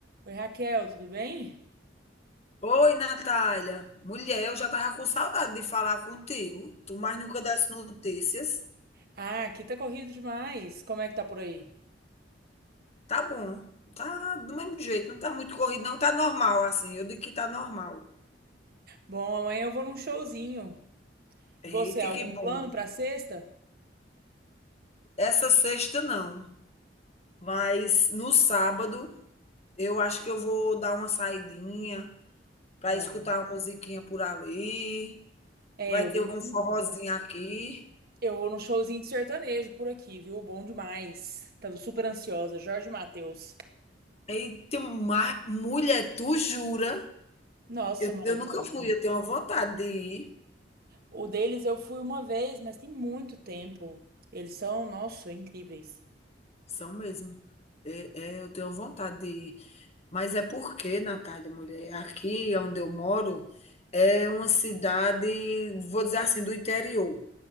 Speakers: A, on the right (about 55°); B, on the left (about 35°).
A: Oi, Raquel, tudo bem?
B: Oi, Natália. Mulher, eu já tava com saudade de falar contigo. Tu mais nunca desse notícias.
A: Ah, aqui tá corrido demais. Como é que tá por aí?
B: Tá bom. Tá do mesmo jeito. Não tá muito corrido, não. Tá normal, assim. Eu digo que tá normal.
A: Bom, amanhã eu vou num showzinho. Você,
B: Eita,
A: algum
B: que bom.
A: plano pra sexta?
B: Essa sexta, não. Mas no sábado, eu acho que eu vou dar uma saidinha pra
A: Ah,
B: escutar
A: é,
B: uma musiquinha por ali.
A: É,
B: Vai
A: eu
B: ter
A: vou num,
B: um forrozinho aqui.
A: eu vou num showzinho de sertanejo por aqui, viu? Bom demais. Tava super ansiosa. Jorge Mateus.
B: Eita, ma... mulher, tu jura?
A: Nossa,
B: Eu,
A: maravilhoso.
B: eu nunca fui, eu tenho uma vontade de ir,
A: O deles eu fui uma vez, mas tem muito tempo. Eles são, nossa, incríveis.
B: são mesmo. É, é, eu tenho vontade de ir. Mas é porque, Natália, mulher, aqui onde eu moro é uma cidade, vou dizer assim, do interior.